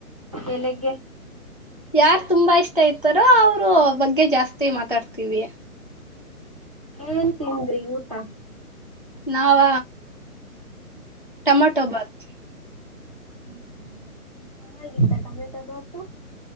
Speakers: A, on the right; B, on the left.
A: ಬೆಳಗ್ಗೆ
B: ಯಾರ್ ತುಂಬಾ ಇಷ್ಟ ಇರಾತಾರೋ ಅವರು ಬಗ್ಗೆ ಜಾಸ್ತಿ ಮಾತಾಡ್ತಿೀವಿ
A: ಏನ್ ತಿಂದ್ರಿ ಊಟ ಹಾ
B: ನಾವ ಟೊಮೋಟೊ ಬಾತ್
A: ಹ್ಮ್ ಚೆನ್ನಾಗಿತ್ತ ಟಮೋಟೋ ಬಾತು